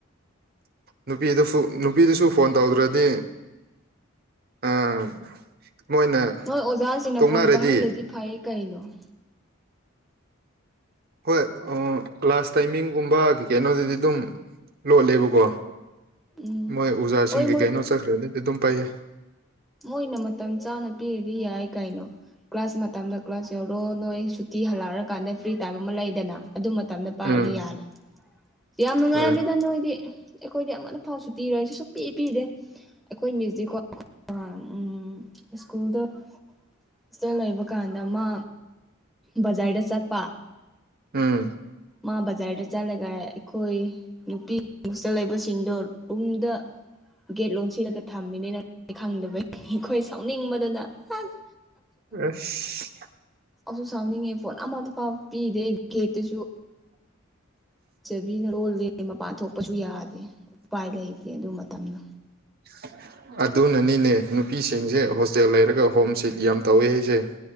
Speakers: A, on the right; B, in the centre.
A: ꯅꯨꯄꯤꯗꯐꯨ ꯅꯨꯄꯤꯗꯁꯨ ꯐꯣꯟ ꯇꯧꯗ꯭ꯔꯥꯗꯤ ꯑꯥ ꯃꯣꯏꯅ
B: ꯅꯣꯏ ꯑꯣꯖꯥꯁꯤꯡꯅ
A: ꯇꯣꯛꯅꯔꯥꯗꯤ
B: ꯐꯣꯟ ꯄꯥꯏꯍꯜꯂꯗꯤ ꯐꯩ ꯀꯩꯅꯣ
A: ꯍꯣꯏ ꯑꯥ ꯀ꯭ꯂꯥꯁ ꯇꯥꯏꯃꯤꯡꯒꯨꯝꯕ ꯀꯩ ꯀꯩꯅꯣꯗꯨꯗꯤ ꯗꯨꯝ ꯂꯣꯠꯂꯦꯕꯀꯣ
B: ꯎꯝ
A: ꯃꯣꯏ ꯎꯖꯥꯁꯤꯡꯒꯤ
B: ꯍꯣꯏ ꯃꯣꯏ
A: ꯀꯩꯅꯣ ꯆꯠꯈ꯭ꯔꯦꯗꯤ ꯑꯗꯨꯝ ꯄꯥꯏꯌꯦ
B: ꯃꯣꯏꯅ ꯃꯇꯝ ꯆꯥꯅ ꯄꯤꯔꯗꯤ ꯌꯥꯏ ꯀꯥꯏꯅꯣ ꯀ꯭ꯂꯥꯁ ꯃꯇꯝꯗ ꯀ꯭ꯂꯥꯁ ꯌꯥꯎ ꯔꯣ ꯅꯣꯏ ꯁꯨꯇꯤ ꯍꯜꯂꯛꯑꯔꯀꯥꯟꯗ ꯐ꯭ꯔꯤ ꯇꯥꯏꯝ ꯑꯃ ꯂꯩꯗꯅ ꯑꯗꯨ ꯃꯇꯝꯗ ꯄꯥꯏꯔꯗꯤ
A: ꯎꯝ
B: ꯌꯥꯔꯦ ꯌꯥꯝ ꯅꯨꯡꯉꯥꯏꯔꯦꯗ
A: ꯍꯣꯏ
B: ꯅꯣꯏꯗꯤ ꯑꯩꯈꯣꯏꯗꯤ ꯑꯃꯅ ꯐꯥꯎ ꯁꯨꯇꯤ ꯂꯩꯔꯁꯨ ꯁꯨꯛꯄꯤ ꯄꯤꯗꯦ ꯑꯩꯈꯣꯏ ꯃꯦꯖꯤꯛꯀꯣ ꯑꯥ ꯎꯝ ꯁ꯭ꯀꯨꯜꯗꯣ ꯍꯣꯁꯇꯦꯜ ꯂꯩꯕ ꯀꯥꯟꯗ ꯃꯥ ꯕꯖꯥꯔꯗ ꯆꯠꯄ
A: ꯎꯝ
B: ꯃꯥ ꯕꯖꯥꯔꯗ ꯆꯠꯂꯒ ꯑꯩꯈꯣꯏ ꯅꯨꯄꯤ ꯍꯣꯁꯇꯦꯜ ꯂꯩꯕꯁꯤꯡꯗꯣ ꯔꯨꯝꯗ ꯒꯦꯠ ꯂꯣꯟꯁꯤꯜꯂꯒ ꯊꯝꯃꯤꯅꯤꯅ ꯈꯪꯗꯕ ꯈꯣꯏ ꯁꯥꯎꯅꯤꯡꯕꯗꯅ ꯑꯁ
A: <inaudible> ꯔꯁ
B: ꯑꯥꯎꯁꯨ ꯁꯥꯎꯅꯤꯡꯉꯦ ꯐꯣꯟ ꯑꯃꯠꯇꯥ ꯐꯥꯎ ꯄꯤꯗꯦ ꯒꯦꯠꯇꯨꯁꯨ ꯆꯥꯕꯤꯅ ꯂꯣꯜꯂꯤ ꯃꯄꯥꯟ ꯊꯣꯛꯄꯁꯨ ꯌꯥꯗꯦ ꯎꯄꯥꯏ ꯂꯩꯇꯦ ꯑꯗꯨ ꯃꯇꯝꯗ
A: <inaudible> ꯑꯗꯨꯅꯅꯤꯅꯦ ꯅꯨꯄꯤꯁꯤꯡꯁꯦ ꯍꯣꯁꯇꯦꯜ ꯂꯩꯔꯒ ꯍꯣꯝ ꯁꯤꯠ ꯌꯥꯝ ꯇꯧꯋꯦ ꯍꯥꯏꯁꯦ